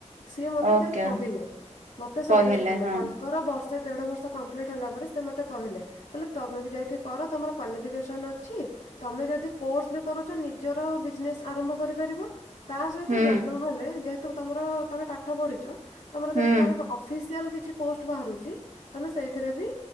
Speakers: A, on the left (about 80°); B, on the right (about 80°).
A: ସିଏ ମତେ
B: ଓକେ
A: ଦେନ୍ କହିଲେ ମତେ ସଜେଷ୍ଟ
B: କହିଲେ
A: କଲେ
B: ହଁ
A: ତା ଙ୍କର ବର୍ଷେ ଦେଢ ବର୍ଷ କମ୍ପ୍ଲିଟ ହେଲା ପରେ ସେ ମୋତେ କହିଲେ କହିଲେ ତମେ ବି ଯାଇକି କର ତମର କ୍ୱାଲିଫିକେସନ ଅଛି। ତମେ ଯଦି କୋର୍ସ ବି କରୁଛ ନିଜର ବିଜନେସ୍ ଆରମ୍ଭ କରିପାରିବ ତା ସହିତ
B: ହୁଁ
A: ଯଦି ନ ହେଲେ ଯେହେତୁ ତମର ତମେ ପାଠ ପଢ଼ିଛ? ତମର
B: ହୁଁ
A: ଯଦି ତାର ଅଫିସିଆଲ କିଛି ପୋଷ୍ଟ ବାହାରୁଛି? ତମେ ସେଇଥିରେ ବି